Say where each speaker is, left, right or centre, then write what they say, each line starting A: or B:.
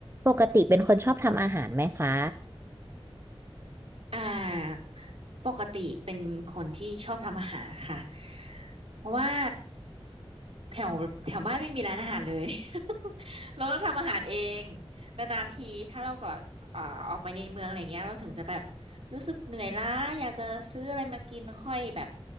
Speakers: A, on the right (about 25°); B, on the right (about 70°).
A: ปกติเป็นคนชอบทำอาหารไหมคะ
B: อ่าปกติเป็นคนที่ชอบทำอาหารค่ะเพราะว่าแถวแถวบ้านไม่มีร้านอาหารเลย <laughs> เราต้องทำอาหารเองนานๆทีถ้าเราก็อ่าออกไปในเมืองอะไรเงี้ยเราถึงจะแบบรู้สึกเหนื่อยล้าอยากจะซื้ออะไรมากินแล้วค่อยแบบ